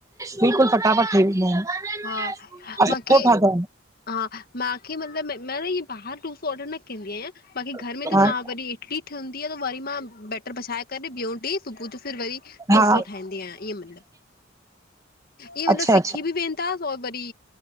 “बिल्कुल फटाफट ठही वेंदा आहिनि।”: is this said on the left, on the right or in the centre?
Right